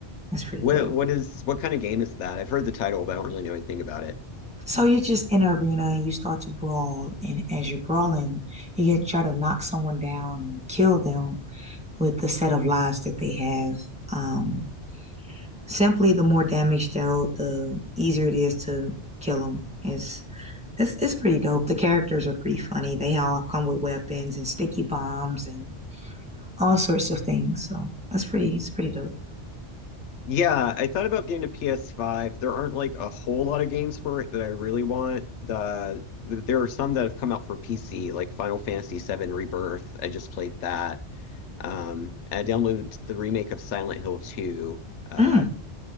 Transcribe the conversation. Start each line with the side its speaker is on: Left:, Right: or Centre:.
Centre: That's pretty
Left: What
Centre: dope.
Left: what is what kind of game is that? I've heard the title, but I don't really know anything about it.
Centre: So you're just in an arena and you start to brawl, and as you're brawling, you get try to knock someone down or kill them with the set of lives that they have. Um, simply, the more damage dealt, the easier it is to kill them. It's it's it's pretty dope. The characters are pretty funny. They all come with weapons and sticky bombs and all sorts of things. So that's pretty it's pretty dope.
Left: Yeah, I thought about getting a PS5. There aren't like a whole lot of games for it that I really want. The, the there are some that have come out for PC, like Final Fantasy VII Rebirth. I just played that. Um, and I downloaded the remake of Silent Hill 2. Uh,
Centre: Mm,